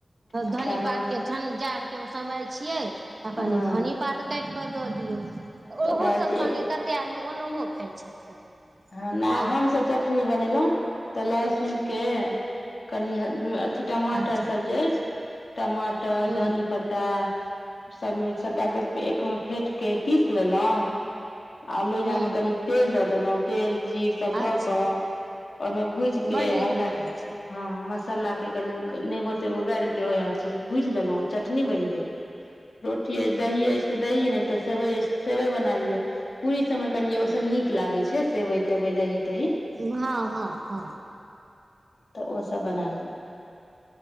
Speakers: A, on the left; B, on the right.
A: आ
B: धनी
A: तहन
B: पात काटि के अखन जाड़के समय छियै तऽ कनि
A: हँ
B: धन्नी पात काटि कऽ दऽ दियौ।
A: तऽ
B: ओहो
A: ओकरा
B: सब सङ्गे
A: एक
B: कते आदमी ओनौहो खाइ छथिन।
A: आ नै
B: हँ
A: हम सब च चटनी बनेलहु त लहसुन के कनि अ - अथि टमाटर
B: अच्छा
A: सब जे अइछ टमाटर
B: हूँ
A: धनी पत्त टा सब - सबटा के एक मे फेंट के पीस लेलौ। आ लोहिया
B: हूँ
A: मे कनि तेल दऽ देलौं। तेल जीर सब दऽ
B: अच्छा
A: कऽ ओइ मे भूजि के
B: बड्ड नीक
A: हल्का
B: बनै छै
A: हँ हॅं मसल्ला के कनिक नेबो तेबो गारि के वेएह चीज भुइज लेलौं चटनी बैन गेल। रोटी अइछ दही अइछ त दही, नै त सेवइ अइछ त सेबइ बना लियऽ, पूरी समे कनी ओ सब नीक लागै छै। सेबइ - तेबइ दही - तही।
B: भा हँ हँ।
A: त ओ सब बना लियऽ।